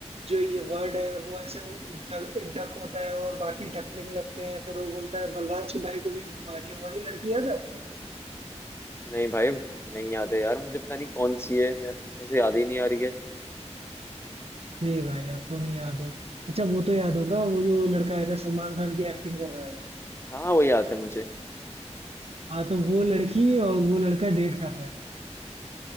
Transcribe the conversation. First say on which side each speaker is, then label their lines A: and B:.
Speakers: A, on the right; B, on the left.
A: जो ये वर्ड है वो ऐसे डक, डक होता है और बाकी डकलिंग लगते हैं फिर वो बोलता है बलराज के भाई को भी बीमारी है वो वाली लड़की याद है आपको
B: नहीं भाई नहीं याद है यार मुझे पता नहीं कौन सी है यार ऐसे याद ही नहीं आ रही है
A: ये भाई आपको नहीं याद है अच्छा वो तो याद होगा वो जो लड़का आया था सलमान खान की एक्टिंग कर रहा है
B: हाँ वो याद है मुझे
A: हाँ तो वो लड़की और वो लड़का डेट कर रहे हैं